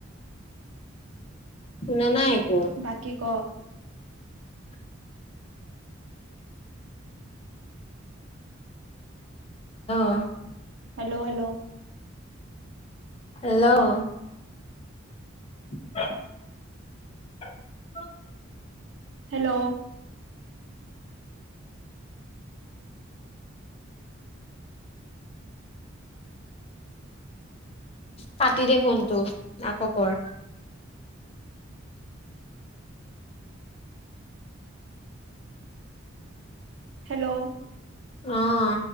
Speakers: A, on the left; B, on the right.
A: শুনা নাই একো
B: বাকী ক'?
A: অ'।
B: Hello'- hello?
A: Hello <inaudible>
B: hello?
A: কাটি দে ফোনটো । আকৌ কৰ।
B: হেল্ল'।
A: অ